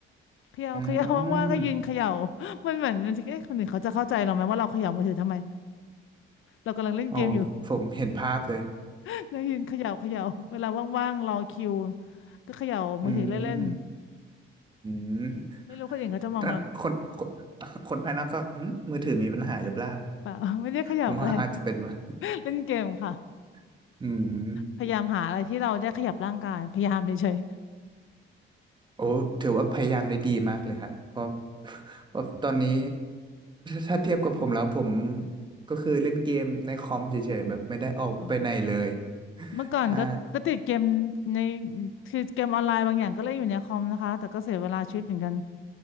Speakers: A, on the left; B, on the right.
A: เขย่าเขย่าว่างๆก็ยืนเขย่า
B: อืม
A: มันเหมือนบางทีเอ๊ะคนอื่นเขาจะเข้าใจเราไหมว่าเราเขย่ามือถือทำไมเรากำลังเล่นเกมอยู่
B: โอ้ผมเห็นภาพเลย
A: <laughs> นะยืนเขย่าเขย่าเวลาว่างๆรอคิวก็เขย่ามือถือเล่น
B: อืมอืม
A: ๆไม่รู้คนอื่นเขาจะมองเราห
B: ถ้าคนคนคนภายนอกก็อืมมือถือมีปัญหาหรือเปล่า
A: รือเปล่า <laughs> ไม่ได้เขย่าอะไร
B: ผมว่าอาจจะเป็น <laughs> ว่า
A: <laughs> เล่นเกมค่ะ
B: <laughs> อืม
A: พยายามหาอะไรที่เราได้ขยับร่างกายพยายามเฉย
B: โอ้ถือว่าพยายามได้ดีมากเลยฮะเพราะ <laughs> เพราะตอนนี้ถ้าเทียบกับผมแล้วผมก็คือเล่นเกมในคอมเฉยๆแบบไม่ได้ออกไปไหนเลย
A: ๆอืมเมื่อก่อนก็ก็ติดเกม
B: ใช่
A: ในคือเกมออนไลน์บางอย่างก็เล่นอยู่ในคอมนะคะแต่ก็เสียเวลาชีวิตเหมือนกัน